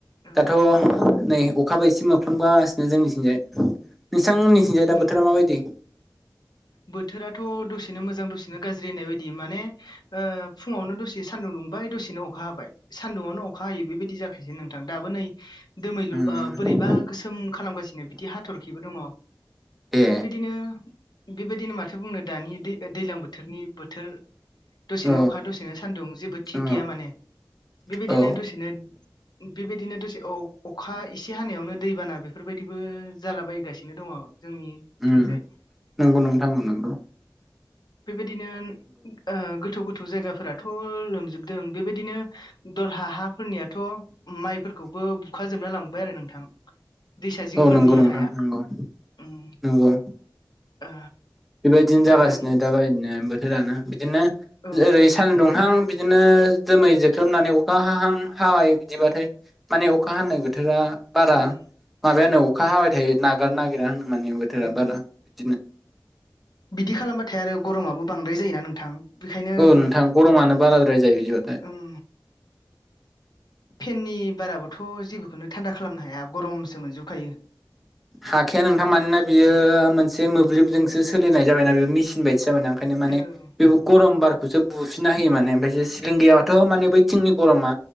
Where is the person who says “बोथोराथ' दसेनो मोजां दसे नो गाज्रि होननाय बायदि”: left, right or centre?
Left